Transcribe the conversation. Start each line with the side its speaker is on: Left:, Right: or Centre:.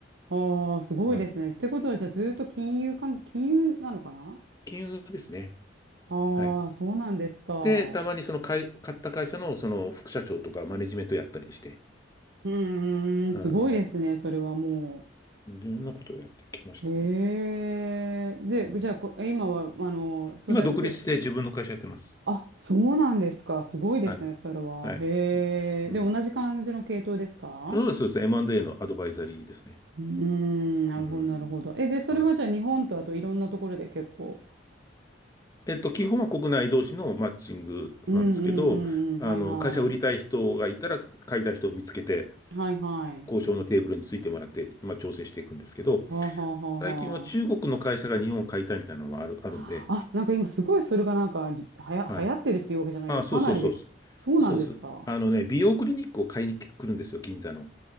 Right: ああ、すごいですね。
Left: はい。
Right: ってことは、じゃあずーっと金融関、金融なのかな
Left: 金融ですね。
Right: あ
Left: はい。
Right: あー、そうなんですか。
Left: で、たまにその買い、買った会社のその副社長とかマネジメントやったりして、
Right: うーん、
Left: うん
Right: すごいですね、それはも
Left: うん。いろんなことをやってきましたね。
Right: う。へえ。で、
Left: うん、
Right: じゃあこ、え今は、あの、それ、
Left: 今、独立して自分の会社やってます。
Right: それ、あ、そうなんですか。すごいですね、
Left: はい。
Right: それは。
Left: はい。
Right: へえ。
Left: うん。
Right: で、同じ感じの系統ですか
Left: そうです、そうです。M&A のアドバイザリーですね。
Right: うーん、なるほど、
Left: うん。
Right: なるほど。え、で、それはじゃあ日本とあといろんなところで結構。
Left: はい。えっと、基本は国内同士のマッチングなんですけど、
Right: うん、うん、うん、うん、
Left: あの、
Right: はいはい。
Left: 会社売りたい人がいたら、買いたい人を見つけて、
Right: はいはい。
Left: 交渉のテーブルについてもらって、まあ、調整していくんですけど、
Right: はあはあはあ
Left: 最近は中国の会社が日本を買いたいみたいなのもある、あるんで、
Right: あ、なんか今すごいそれがなんかりはや、
Left: はい。
Right: 流行ってるっていうわけじゃないけど、
Left: あ、
Right: かなりです。
Left: そうそうそうそ
Right: そうなんですか。
Left: う。そうそう。あのね、美容クリニックを買いに来るんですよ、銀座の。